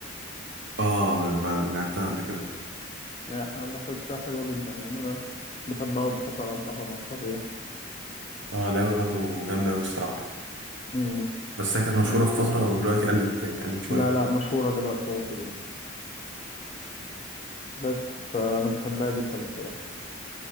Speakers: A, on the right; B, on the left.
A: اه ب- لعبتها قبل كده
B: يعني ح- بحسها حلوة جدا يعني أنا بحبها وبحب ألعبها مع أصحابي يعني
A: اه لعبة برضه جامدة اوي الصراحة
B: مم،
A: بس هي كانت مشهورة
B: يعني
A: في فترة ودلوقتي قلت يعني قلت شوية
B: لا لا مشهورة دلوقتي برضه جدا بس فأنا بحبها جدا بصراحة